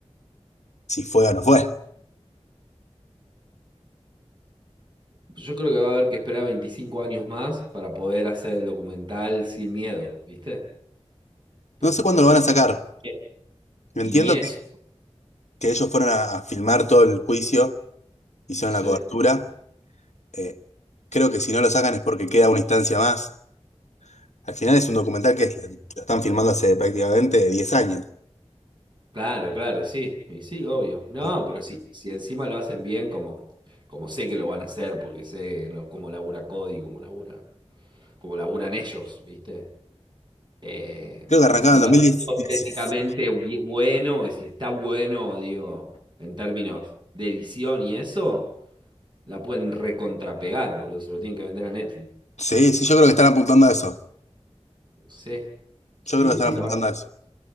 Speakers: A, on the left; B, on the right.
A: si fue o no fue.
B: Yo creo que va a haber que esperar 25 años más para poder hacer el documental sin miedo, ¿viste? Porque...
A: No sé cuándo lo van a sacar.
B: Sí.
A: Yo
B: Y
A: Entiendo
B: ni eso,
A: que, que ellos fueron a, a filmar todo el juicio, hicieron
B: sí.
A: la cobertura. Eh, creo que si no lo sacan es porque queda una instancia más. Al final es un documental que es- lo están filmando hace prácticamente diez años.
B: Claro, claro, sí. Y sí, obvio. No,
A: Eh,
B: pero sí, si encima lo hacen bien, como, como sé que lo van a hacer, porque sé lo, cómo labura Cody, cómo labura, cómo laburan ellos, ¿viste? Eh,
A: Creo que arrancaba
B: si
A: en
B: lo
A: 2010.
B: hacen estéticamente bi- bueno, y si está bueno, digo, en términos de edición y eso. La pueden recontrapegar, boludo. Se lo tienen que vender a Netflix.
A: Sí, sí, yo creo que están apuntando a eso.
B: Sí. Sí,
A: Yo creo que están
B: sí, la
A: apuntando
B: van,
A: a eso.